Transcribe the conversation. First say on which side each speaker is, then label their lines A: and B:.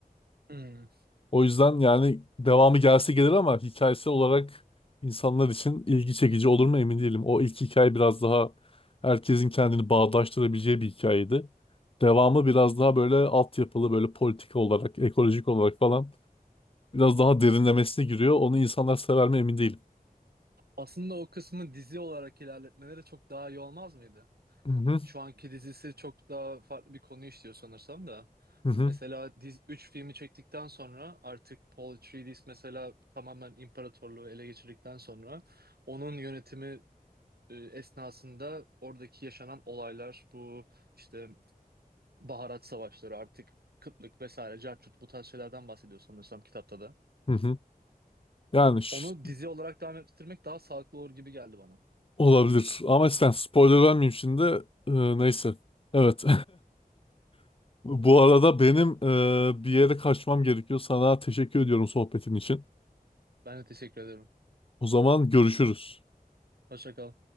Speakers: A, on the right; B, on the left.
A: Hmm.
B: O yüzden yani devamı gelse gelir ama hikayesi olarak insanlar için ilgi çekici olur mu emin değilim. O ilk hikaye biraz daha herkesin kendini bağdaştırabileceği bir hikayeydi. Devamı biraz daha böyle altyapılı böyle politik olarak, ekolojik olarak falan biraz daha derinlemesine giriyor. Onu insanlar sever mi emin değilim.
A: Aslında o kısmı dizi olarak ilerletmeleri çok daha iyi olmaz mıydı?
B: Hı hı,
A: Şu anki dizisi çok daha farklı bir konu işliyor sanırsam da.
B: hı hı,
A: Mesela diz 3 filmi çektikten sonra artık Paul Atreides mesela tamamen imparatorluğu ele geçirdikten sonra onun yönetimi e, esnasında oradaki yaşanan olaylar bu işte baharat savaşları artık kıtlık vesaire cartçut bu tarz şeylerden bahsediyor sanırsam kitapta da.
B: hı hı. Yani ş-
A: Onu dizi olarak devam ettirmek daha sağlıklı olur gibi geldi bana.
B: olabilir ama sen spoiler vermeyeyim şimdi. Ee, neyse. Evet. <laughs> Bu arada benim e, bir yere kaçmam gerekiyor. Sana teşekkür ediyorum sohbetin için.
A: Ben de teşekkür ederim.
B: O zaman görüşürüz.
A: Hoşça kal.